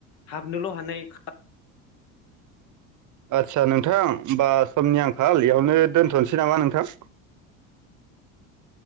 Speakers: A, on the left; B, on the right.
A: हाबनोल' हानाय
B: आदसा नोंथां होमबा समनि आंखाल इयावनो दोनथ'निसै नामा नोंथां
A: <inaudible>